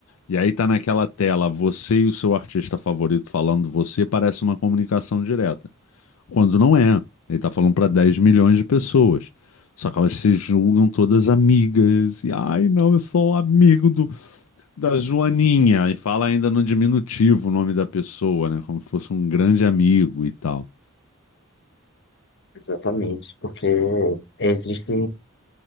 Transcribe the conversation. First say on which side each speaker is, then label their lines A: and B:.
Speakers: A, on the left; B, on the left.
A: E aí tá naquela tela, você e o seu artista favorito falando você, parece uma comunicação direta. Quando não é. Ele tá falando para 10 milhões de pessoas. Só que elas se julgam todas amigas. E, ai, não, eu sou amigo do, da Joaninha. E fala ainda no diminutivo o nome da pessoa, né? Como se fosse um grande amigo e tal.
B: exatamente, porque existe.